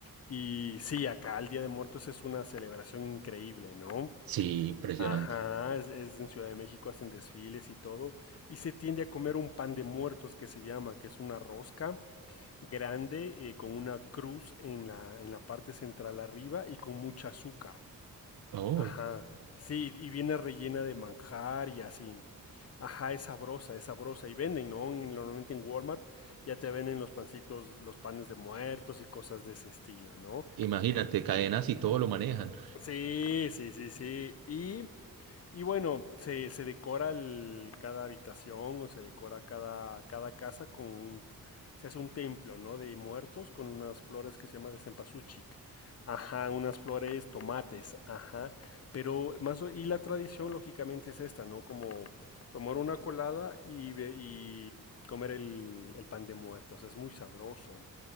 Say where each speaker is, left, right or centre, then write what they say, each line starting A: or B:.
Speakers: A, on the left; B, on the right.
A: y sí, acá el Día de Muertos es una celebración increíble, ¿no?
B: sí, impresionante.
A: Ajá, es, es en Ciudad de México, hacen desfiles y todo, y se tiende a comer un pan de muertos que se llama, que es una rosca grande eh, con una cruz en la, en la parte central arriba y con mucha azúcar.
B: Oh,
A: Ajá, sí, y viene rellena de manjar y así. Ajá, es sabrosa, es sabrosa. Y venden, ¿no? En- Normalmente en Walmart ya te venden los pancitos, los panes de muertos y cosas de ese estilo, ¿no?
B: imagínate, cadenas y todo lo manejan.
A: Sí, sí, sí, sí. Y, y bueno, se, se decora el- cada habitación o se decora cada, cada casa con un, se hace un templo, ¿no? De muertos con unas flores que se llama de cempasúchil. Ajá, unas flores tomates, ajá. Pero más o- y la tradición lógicamente es esta, ¿no? Como tomar una colada y, ve- y comer el, el pan de muertos. Es muy sabroso.